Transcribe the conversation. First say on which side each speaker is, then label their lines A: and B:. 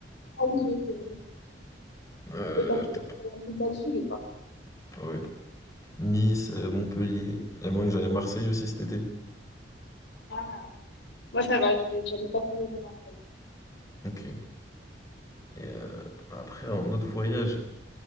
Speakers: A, on the left; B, on the left.
A: ah oui, oui, c'est bon.
B: Euh,
A: Et t'as fait
B: peut-être
A: des des belles filles, quoi.
B: pas. Ouais. Nice, euh, Montpellier. Il y a moyen que j'aille à Marseille aussi cet été.
A: Ah. Moi, ça va, je- j'avais pas trop de Marseille.
B: Ok. Et euh, après, un autre voyage